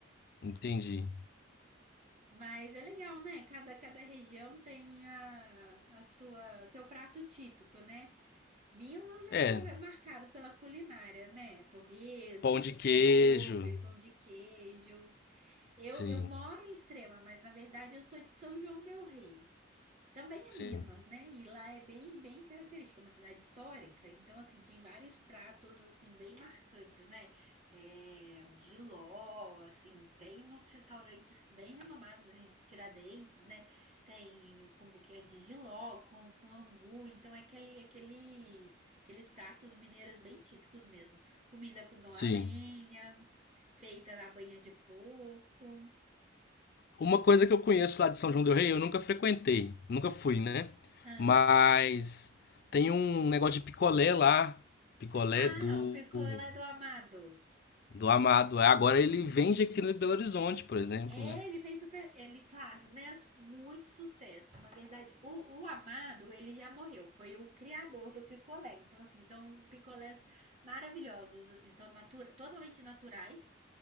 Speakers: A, on the left; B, on the right.
A: Entendi.
B: Mas é legal, né? Cada, cada região tem a, a sua seu prato típico, né? Minas é,
A: É,
B: é marcado pela culinária, né? Torresmo,
A: pão de queijo.
B: couve, pão de queijo. Eu,
A: Sim,
B: eu moro em Extrema, mas na verdade eu sou de São João del Rei. Também é
A: sim,
B: Minas, né? E lá é bem, bem característica, é uma cidade histórica. Então, assim, tem vários pratos, assim, bem marcantes, né? É, jiló, assim, tem nos restaurantes bem renomados em Tiradentes, né? Tem com buquê de jiló, com, com angu. Então, é aquele, aquele, aqueles pratos mineiros bem típicos mesmo. Comida fogão
A: sim.
B: a lenha, feita na banha de porco.
A: Uma coisa que eu conheço lá de São João del Rei, eu nunca frequentei, nunca fui, né?
B: Ah,
A: Mas tem um negócio de picolé lá, picolé
B: ah
A: do
B: o picô lá é do Amado.
A: do Amado. Agora ele vende aqui no Belo Horizonte, por exemplo,
B: É,
A: né?
B: ele fez super. Ele faz, né? Muito sucesso. Na verdade, o, o Amado, ele já morreu. Foi o criador do picolé. Então, assim, são picolés maravilhosos, assim, são natura, totalmente naturais.